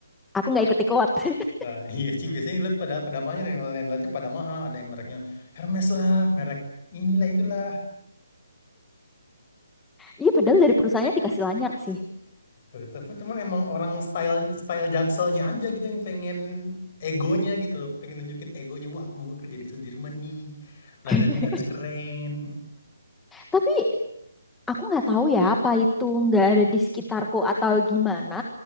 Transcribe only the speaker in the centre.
aku nggak ikut-ikut. <laughs>
Iya padahal dari perusahaannya dikasih lanyard sih.
<laughs>
Tapi Aku nggak tahu ya apa itu nggak ada di sekitarku atau gimana.